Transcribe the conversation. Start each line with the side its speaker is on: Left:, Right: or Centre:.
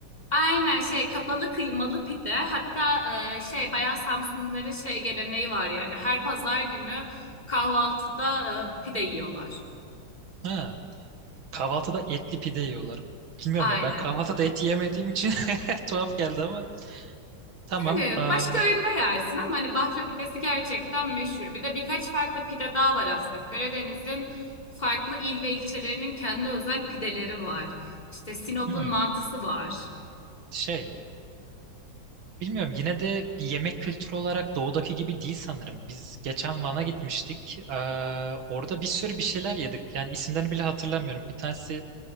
Left: Aynen şey kapalı kıymalı pide hatta e, şey bayağı Samsunluların şey geleneği var yani her pazar günü kahvaltıda e, pide yiyorlar.
Right: Ha, kahvaltıda etli pide yiyorlar. Bilmiyorum
Left: Aynen.
Right: ya ben kahvaltıda et yemediğim için <laughs> tuhaf geldi ama tamam.
Left: Yani
Right: aa,
Left: başka öğünde yersin ama hani Bafra pidesi gerçekten meşhur. Bir de birkaç farklı pide daha var aslında. Karadeniz'in farklı il ve ilçelerinin kendi özel pideleri var. İşte Sinop'un
Right: hmm,
Left: mantısı var.
Right: şey bilmiyorum yine de bir yemek kültürü olarak doğudaki gibi değil sanırım. Biz geçen Van'a gitmiştik. Aa, orada bir sürü bir şeyler yedik. Yani isimlerini bile hatırlamıyorum. Bir tanesi